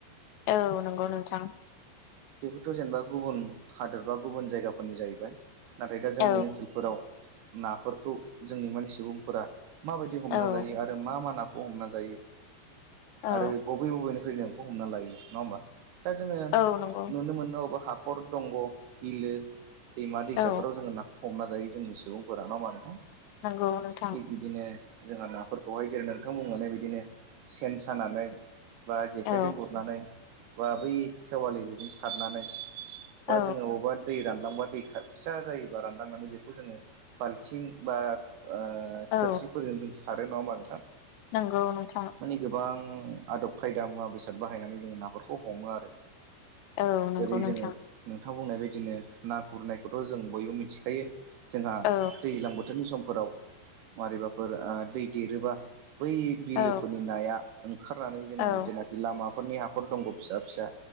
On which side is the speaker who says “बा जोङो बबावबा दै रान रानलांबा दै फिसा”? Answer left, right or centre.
Right